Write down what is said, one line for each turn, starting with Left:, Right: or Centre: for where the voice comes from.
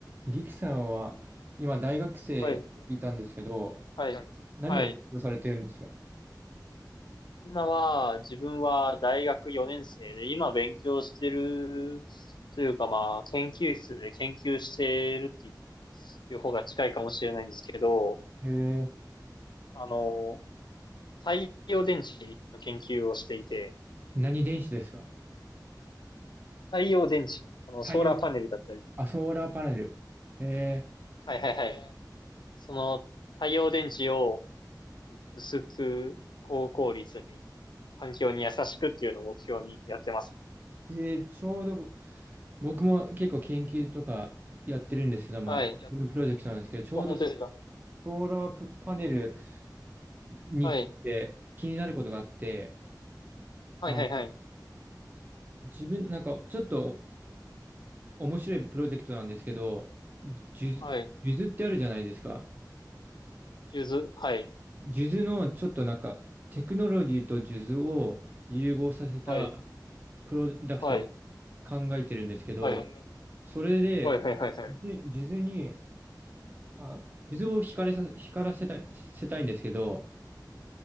Right: リキさんは今大学生って聞いたんですけど、
Left: はい、はい、なんですけど。
Right: 何を勉強されてるんですか
Left: はい。今は、自分は大学4年生で、今勉強してる、というかまあ、研究室で研究してるっていう方が近いかもしれないんですけど、
Right: えー、
Left: あの、太陽電池の研究をしていて、
Right: 何電子ですか
Left: 太陽電池、あの、
Right: 太陽電、
Left: ソーラーパネルだったり、
Right: あ、ソーラーパネル。え
Left: はいはいはい。へーその太陽電池を薄く高効率に環境に優しくっていうのを目標にやってますね。
Right: ー、えーちょうどぼ僕も結構研究とかやってるんですけど、まあ、
Left: はい。
Right: 自分のプロジェクトなんですけど、
Left: やって、
Right: ちょうどソ
Left: 本当ですか
Right: ソーラープパネルについて気になることがあって、
Left: はい。はいはいはい。
Right: あの、自分、なんかちょっと面白いプロジェクトなんですけど、数珠数珠ってあるじゃないですか。
Left: はい。ゆず。はい。
Right: 数珠のちょっとなんかテクノロジーと数珠を融合させた
Left: はい。
Right: プロダクトを
Left: はい。
Right: 考えてるんですけど、
Left: は
Right: それで数珠数珠に、
Left: い。はいはいはい
Right: あ、数珠を光らさ、光らせたい、せたいんですけど、